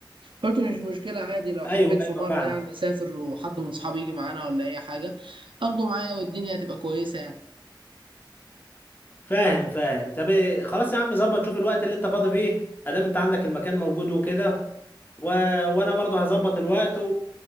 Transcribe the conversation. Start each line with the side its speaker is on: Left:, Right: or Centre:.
Right: قلت مش مشكله عادي لو حبيت
Left: ايوه ايوه
Right: في مره
Left: فاهم
Right: يعني اسافر وحد من صحابي يجي معانا ولا اي حاجه اخده معايا والدنيا هتبقى كويسه يعني
Left: فاهم فاهم طب إيه، خلاص يا عم ظبط شوف الوقت اللي انت فاضي فيه ادام انت عندك المكان موجود وكده و... وانا برضو هظبط الوقت و...